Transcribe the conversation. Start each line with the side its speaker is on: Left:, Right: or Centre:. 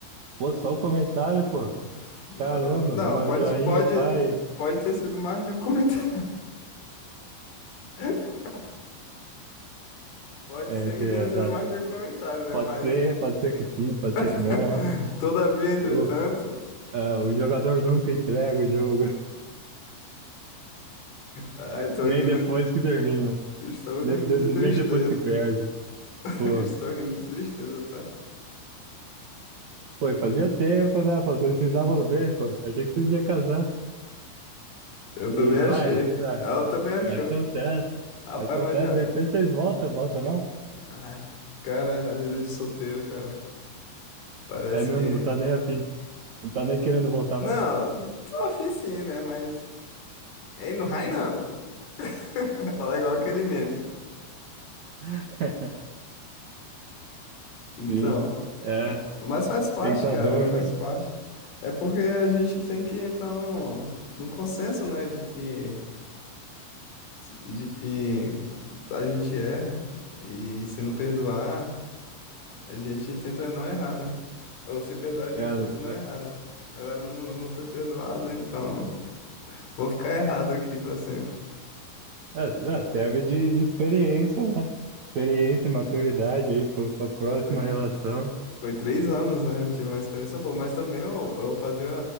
Right: Pô, só o comentário, pô.
Left: F-
Right: Caramba,
Left: Não,
Right: uma
Left: pode,
Right: joinha,
Left: pode,
Right: pai.
Left: pode ter sido mais de um comentário. <laughs> Pode
Right: É,
Left: ser
Right: tem,
Left: que tenha
Right: é,
Left: sido
Right: dá-
Left: mais de um comentário, né?
Right: pode
Left: Mas,
Right: ser, pode ser que sim, pode ser que
Left: <clears throat>
Right: não.
Left: <laughs> todavia, entretanto,
Right: O, ah, o jogador nunca entrega o jogo,
Left: ai,
Right: <laughs>
Left: tô
Right: nem
Left: rindo,
Right: depois que termina,
Left: estou rindo
Right: nem, de-
Left: de
Right: nem
Left: tristeza.
Right: depois que perde.
Left: <laughs>
Right: Pô,
Left: Estou rindo de tristeza, tá?
Right: pô, e fazia tempo, né? Pô, vocês se davam bem, pô. Achei que vocês iam casar.
Left: Eu também
Right: E
Left: achei.
Right: mais, ah,
Left: Ela também achou.
Right: acontece,
Left: Rapaz,
Right: acontece.
Left: mas já.
Right: De repente vocês voltam, volta não?
Left: Ai, cara, a vida de solteiro, cara. Parece
Right: É mesmo,
Left: que.
Right: não tá nem afim, não tá nem querendo voltar
Left: Não,
Right: mais.
Left: tô afim sim, né? Mas. Ei, no raio não. <laughs> Falar igual aquele meme.
Right: <laughs>
Left: Então.
Right: Sim, é
Left: Mas faz parte,
Right: tentador,
Left: cara, faz
Right: né?
Left: parte. É porque a gente tem que entrar num, num consenso, né? De que, de que a gente erra. E se não perdoar, a gente tenta não errar, né? Ou se perdoar, a gente
Right: É,
Left: tenta não errar, né? Agora eu não, não fui perdoado, então vou ficar errado aqui pra sempre.
Right: é, é, serve de, de experiência, né? Experiência, maturidade aí para a próxima
Left: Qual foi?
Right: relação.
Left: Foi três anos, né? Eu tive uma experiência boa. Mas também eu, eu fazia